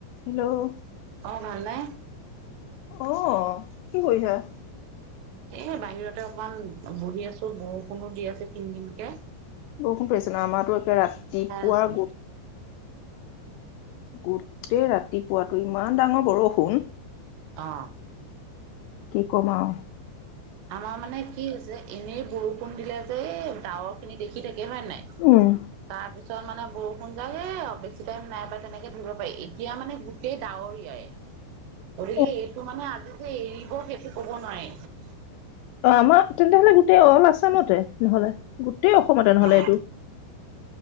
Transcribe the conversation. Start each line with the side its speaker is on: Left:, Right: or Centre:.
Left: Hello
Right: অ ভাল নে?
Left: অহ কি কৰিছা?
Right: এ' বাহিৰতে অকমান বহি আছো। বৰষুণো দি আছে কিন, কিন কে-
Left: বৰষুণ পৰিছে ন। আমাৰটো একে ৰাতিপুৱাৰ-
Right: আছো
Left: গোটেই ৰাতিপুৱাত টো ইমান ডাঙৰ বৰষুণ
Right: অ
Left: কি' কম আও
Right: আমাৰ মানে কি' হৈছে- এনেই বৰষু ণ দিলে যে' এই ডাৱৰ- খিনি দেখি থাকে কে হয়' নাই
Left: উম
Right: তাৰপিছত মানে- বৰষুণ জাক এ' আৰু বেছি টাইম নাই বা' তেনেকে। ধৰিব পাৰি এতিয়া মানে গো টেই ডাৱৰীয়াই গতিকে'
Left: অ
Right: এইটো মানে আজি যে এৰিব সেইটো ক'ব নোৱাৰি। <unintelligible>
Left: অঁহ আমৰ তেন্তে হ'লে গো টেই অ'ল আছামতে নহ'লে। গোটই অসমতে নহ'লে
Right: অ
Left: এইটো।